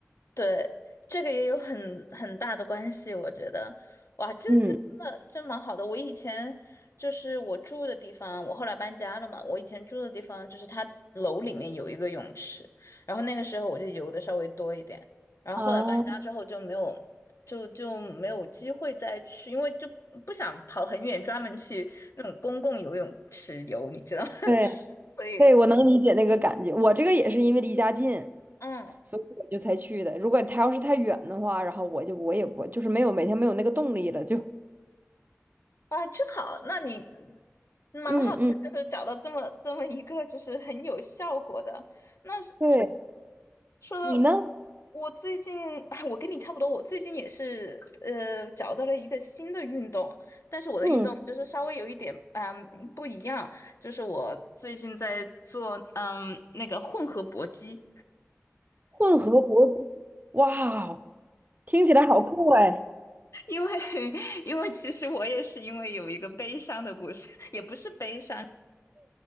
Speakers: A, on the left (about 70°); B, on the right (about 35°).
A: 对，这个也有很很大的关系，我觉得，哇，这这真的真蛮好的。
B: 嗯，
A: 我以前就是我住的地方，我后来搬家了嘛，我以前住的地方就是它楼里面有一个泳池，然后那个时候我就游的稍微多一点，然后后来搬家之后就没有，
B: 啊，
A: 就就没有机会再去，因为就不想跑很远，专门去那种公共游泳池游，你知道吗？<laughs>
B: 对
A: 所以，
B: 对，我能理解那个感觉。我这个也是因为离家近，
A: 嗯。
B: 所以我就才去的。如果他要是太远的话，然后我就我也不就是没有每天没有那个动力了，就
A: 啊，真好，那你蛮好的就是找到这么这么一个就是很有效果的。
B: 嗯嗯，
A: 那说
B: 对
A: 说到
B: 你呢？
A: 我最近，<laughs> 我跟你差不多，我最近也是呃找到了一个新的运动，但是我的运动就是稍微有一点嗯不一样，
B: 嗯，
A: 就是我最近在做嗯那个混合搏击。
B: 混合搏击，哇哦听起来好酷哎！
A: 因为 <laughs> 因为其实我也是因为有一个悲伤的故事，<laughs> 也不是悲伤，